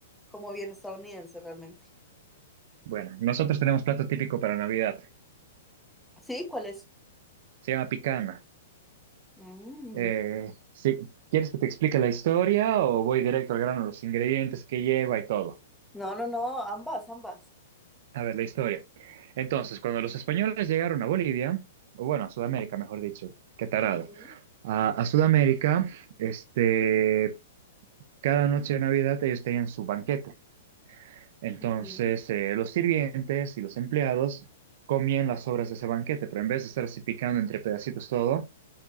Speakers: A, in the centre; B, on the right.
A: como bien estadounidense realmente.
B: Bueno, nosotros tenemos plato típico para Navidad.
A: Sí, ¿cuál es?
B: Se llama picana.
A: Mm,
B: Eh, sí, ¿quieres que te explique la historia o voy directo al grano, los ingredientes que lleva y todo?
A: No, no, no, ambas, ambas.
B: A ver, la historia. Entonces, cuando los españoles llegaron a Bolivia, o bueno, a Sudamérica, mejor dicho, qué tarado,
A: Ujú,
B: a, a Sudamérica, este, cada noche de Navidad ellos tenían su banquete. Entonces,
A: ujú,
B: eh, los sirvientes y los empleados comían las sobras de ese banquete, pero en vez de estar así picando entre pedacitos todo,